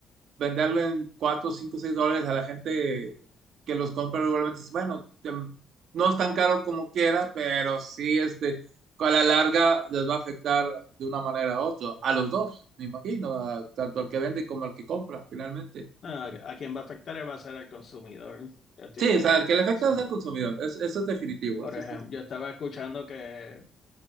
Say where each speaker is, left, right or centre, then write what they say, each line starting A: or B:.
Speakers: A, on the right; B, on the left.
A: venderlo en 4, 5, 6 dólares a la gente que los compra regularmente. dice, Bueno, em, no es tan caro como quiera, pero sí, este, a la larga les va a afectar de una manera u otra, a los dos, me imagino, a- tanto al que vende como al que compra, finalmente.
B: a, a quien va a afectar va a ser al consumidor. Yo estoy-
A: Sí,
B: el-
A: o sea, el que le afecta
B: eso.
A: es al consumidor, es- eso es definitivo,
B: Por
A: eso
B: ejemplo,
A: sí
B: yo estaba escuchando que